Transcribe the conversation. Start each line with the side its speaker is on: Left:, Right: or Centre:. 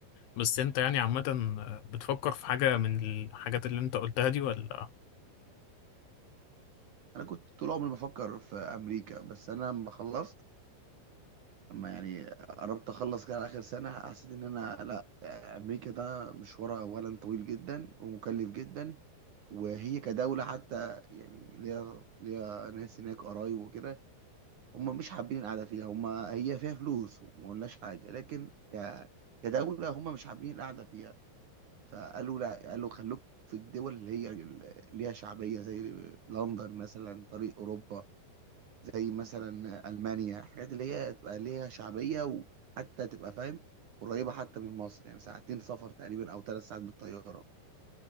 Left: بس انت يعني عامة بتفكر في حاجة من الحاجات اللي انت قلتها دي ولا
Right: انا كنت طول عمري بفكر في امريكا بس انا لما خلصت لما يعني قربت اخلص كده على اخر سنه حسيت ان انا لا امريكا ده مشوارها اولا طويل جدا ومكلف جدا وهي كدوله حتى يعني ليها ليها ناس هناك قرايب وكده هم مش حابين القعده فيها هم هي فيها فلوس وما قلناش حاجه لكن ك... كدوله هم مش حابين القعده فيها فقالوا لا قالوا خلوك في الدول اللي هي اللي ليها شعبية زي لندن مثلا طريق أوروبا زي مثلا ألمانيا حاجات اللي هي تبقى ليها شعبية وحتى تبقى فاهم قريبة حتى من مصر يعني ساعتين سفر تقريبا أو ثلاث ساعات بالطيارة